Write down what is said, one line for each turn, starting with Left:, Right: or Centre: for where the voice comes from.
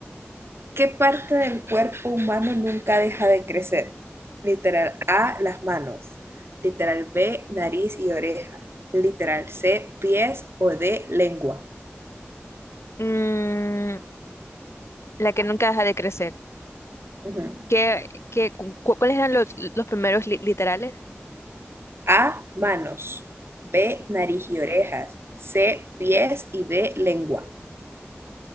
Right: ¿Qué parte del cuerpo humano nunca deja de crecer? Literal A, las manos. Literal B, nariz y oreja. Literal C, pies o D, lengua.
Left: Mm, la que nunca deja de crecer.
Right: Ujú.
Left: ¿Qué, qué, cu- cuáles eran los, los primeros li- literales?
Right: A, manos. B, nariz y orejas. C, pies y D, lengua.